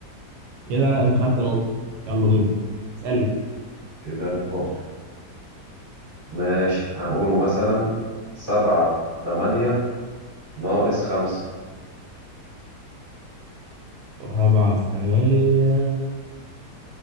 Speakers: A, on the right; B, on the right.
A: كده انا انت خدت نقطه يلا دوري اسالني
B: كده نقط ماشي هنقوله مثلا سبعة في تمانية ناقص خمسة
A: أربعة في تمانية